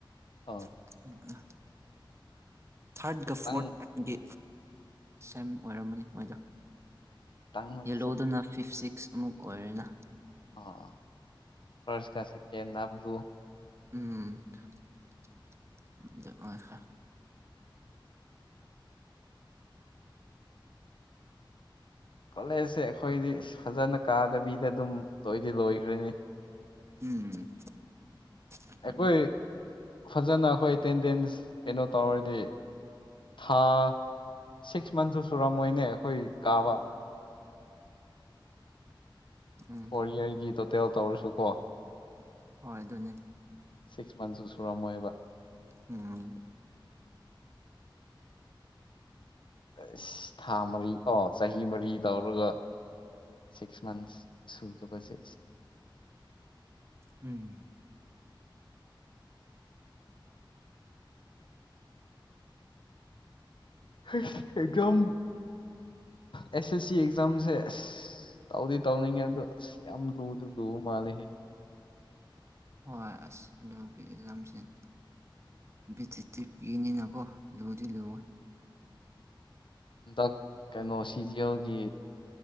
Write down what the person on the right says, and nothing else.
<unintelligible> ꯊꯥꯔ꯭ꯠꯒ
ꯐꯣꯔ꯭ꯠꯒꯤ ꯁꯦꯝ ꯑꯣꯏꯔꯝꯃꯅꯤ ꯃꯣꯏꯗꯣ
ꯌꯦꯜꯂꯣꯗꯨꯅ ꯐꯤꯞ ꯁꯤꯛꯁ ꯑꯃꯨꯛ ꯑꯣꯏꯔꯦꯅ
ꯎꯝ ꯑꯗꯨꯝ ꯑꯣꯏꯈ꯭ꯔꯦ
ꯎꯝ ꯑꯗꯨꯅꯦ
ꯎꯝ
ꯍꯣꯏ ꯑꯗꯨꯅꯤ
ꯎꯝ
ꯎꯝ
ꯍꯣꯏ ꯑꯁ ꯑꯗꯨꯒꯤ ꯑꯦꯛꯖꯥꯝꯁꯤꯡ ꯕꯤꯗꯤ ꯇꯤꯞꯀꯤꯅꯀꯣ ꯂꯨꯗꯤ ꯂꯨꯋꯦ